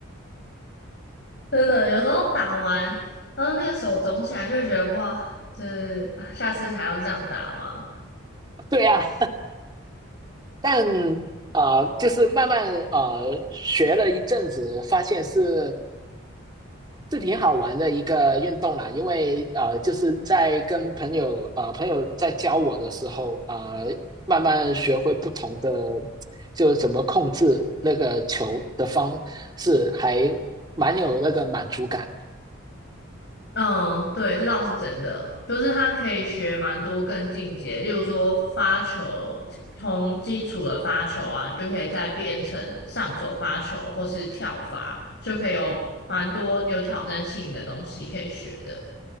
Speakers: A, on the left (about 55°); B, on the right (about 20°).
A: 真的有时候打完，然后那个手肿起来，就会觉得哇，就是啊下次还要这样打吗？
B: <laughs> 对啊，但啊、呃就是慢慢呃学了一阵子，发现是是挺好玩的一个运动啦，因为呃，就是在跟朋友呃朋友在教我的时候，呃，慢慢学会不同的，就怎么控制那个球的方式，还蛮有那个满足感。
A: 嗯，对，这倒是真的，就是他可以学蛮多更进阶，例如说发球，从基础的发球啊，你就可以再变成上手发球或是跳发，就可以有蛮多有挑战性的东西可以学的。